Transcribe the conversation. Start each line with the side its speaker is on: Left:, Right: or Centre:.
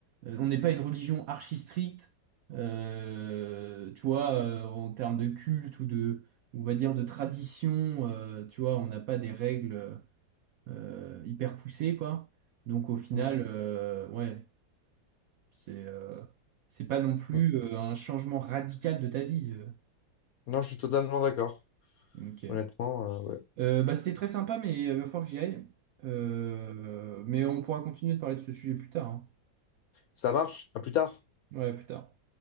Right: euh, on n'est pas une religion archi stricte, euh, tu vois, euh, en termes de culte ou de, on va dire, de tradition, euh, tu vois, on n'a pas des règles, euh, hyper poussées, quoi. Donc, au final,
Left: Mm,
Right: euh, ouais. C'est euh, c'est pas non plus
Left: mm.
Right: euh, un changement radical de ta vie. euh.
Left: Non, je suis totalement d'accord.
Right: Ok.
Left: Honnêtement, euh, ouais.
Right: Euh, bah, c'était très sympa, mais il va falloir que j'y aille. Euh, mais on pourra continuer de parler de ce sujet plus tard. hein.
Left: Ça marche. À plus tard.
Right: Ouais, plus tard.